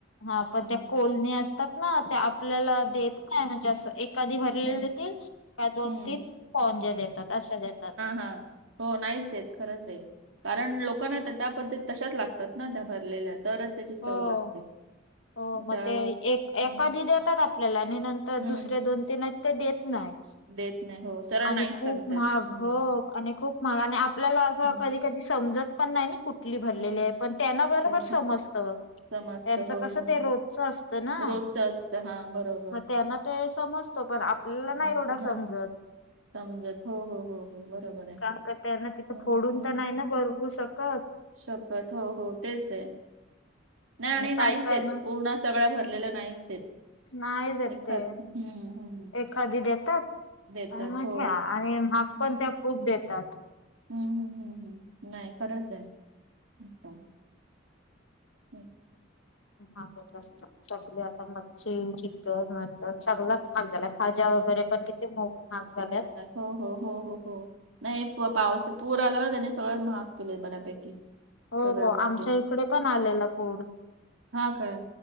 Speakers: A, on the left (about 85°); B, on the right (about 85°).
A: हा, पण
B: हं,
A: त्या
B: हं,
A: कोलणी असतात ना त्या आपल्याला देत- नाही असं एखादी भरलेली
B: हं,
A: देतील- का दोन
B: हं,
A: तीन पोज्या देतात अशा देतात.
B: हा, हो नाहीच देत खरंच दे. कारण, लोकांना त्या पद्धतीत तशाच लागतात ना, त्या भरलेल्या तरच त्याची
A: हो
B: चव लागते.
A: हो,
B: त्या
A: मग ते एक एखादी
B: हं,
A: देतात आपल्याला आणि नंतर
B: हं.
A: दुसरे दोन तीन ते देत- नाहीत.
B: देत नाही हो,
A: आणि
B: नाहीच
A: खूप
B: सांगतात.
A: महाग
B: हं,
A: हो आणि खूप महाग आणि आपल्याला असं
B: हं,
A: क- धी समजत पण नाही ना कुठली भरलेली
B: हं.
A: आहे, पण त्यांना बरोबर
B: ते
A: समजत.
B: हं,
A: जत,
B: समजतं.
A: त्यांच
B: हो,
A: कस
B: हो,
A: ते
B: हो.
A: रोजच असत ना,
B: रोजचं असतं. हां, बरोबर.
A: मग त्यांना- ते समजत पण, आपल्याला
B: समजतं.
A: नाही एवढा समजत.
B: हां, समजत. हो, हो, हो, हो. बरोबर आहे.
A: काम करताना तिथं
B: हं,
A: फोडून
B: हं.
A: तर नाही ना बरवू शकत.
B: शकत, हो, हो, तेच आहे नाही
A: आणि
B: नाहीच
A: काय काय
B: देत
A: ना
B: सगळ्या भरलेलं नाहीच देत.
A: नाहीच देत
B: एकटाच
A: ते,
B: हं, हं.
A: एखादी देतात
B: देतात.
A: आणि मग
B: हो.
A: ह्या महाग
B: हं,
A: पण खूप देतात.
B: हं, हं, हं, नाही खरंच आहेच. हम्म
A: हात <inaudible> सगळं आता मच्छी चिकन मटन सगला महाग झाला भाज्या वगैरे पण कि मो महाग झाल्यात
B: हो <inaudible> हो हो हो हो हो नाही पाऊस पूर आला ना त्यानी सगळं महाग केले बऱ्यापैकी,
A: हो
B: सगळ्या गोष्टी.
A: आमच्या इकडे पण आलेला पूर.
B: हा काय